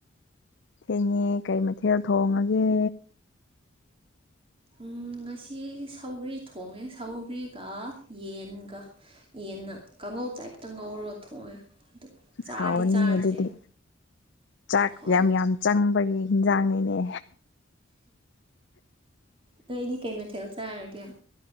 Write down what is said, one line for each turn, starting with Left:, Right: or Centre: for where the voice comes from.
Left: ꯊꯦꯡꯉꯦ ꯀꯩ ꯃꯊꯦꯜ ꯊꯣꯡꯉꯒꯦ
Right: ꯎꯝ ꯉꯁꯤ ꯁꯧꯒ꯭ꯔꯤ ꯊꯣꯡꯉꯦ ꯁꯧꯒꯔꯤꯒ ꯌꯦꯟꯒ ꯌꯦꯟꯅ ꯄꯧ ꯆꯥꯏꯞꯇ ꯉꯧꯔꯒ ꯊꯣꯡꯉꯦ ꯑꯗꯨ ꯆꯥꯗꯤ
Left: ꯍꯥꯎꯅꯤꯅꯦ
Right: ꯆꯥꯗ꯭ꯔꯤ
Left: ꯑꯗꯨꯗꯤꯗꯤ ꯆꯥꯛ
Right: ꯍꯣꯏ
Left: ꯌꯥꯝ ꯌꯥꯝ ꯆꯪꯕꯒꯤ ꯍꯤꯟꯖꯥꯡꯅꯤꯅꯦ
Right: ꯅꯣꯏꯗꯤ ꯀꯩ ꯃꯊꯦꯜ ꯆꯥꯔꯒꯦ